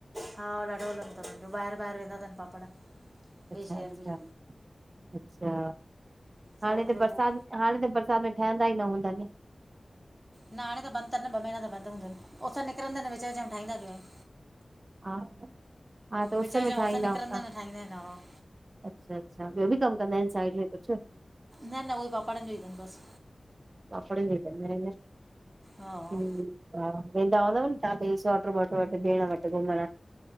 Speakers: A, on the right; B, on the right.
A: हा ॾाढो हलंदो तन ॿाहिरि ॿाहिरि वेंदा तन पापड़ ॿिए
B: अच्छा
A: शहर
B: अच्छा
A: बि
B: अच्छा, हाणे
A: सौट
B: त
A: जो
B: बरसाति
A: उहो
B: हाणे त बरसाति में ठहंदा ई न हूंदा न
A: न हाणे त बंदि तन ॿ महीना त बंदि हूंदनि उस निकंरदन त विच विच में ठहींदा जो आहिन।
B: हा, हा त उस
A: विच
B: में
A: विच
B: ठाहींदा
A: निकिरंदा
B: हूंदा।
A: आहिनि ठाहींदा आहिनि हा
B: अच्छा अच्छा, ॿियो बि कमु कंदा आहिनि साइड में कुझु?
A: न न उहोई पापडनि जो ई तन बस
B: पापड़न जो ई तन हम
A: हा
B: हा वेंदा हूंदव न तव्हां पहिंजी सोट्र वोट्र वटि भेण वटि घुमण?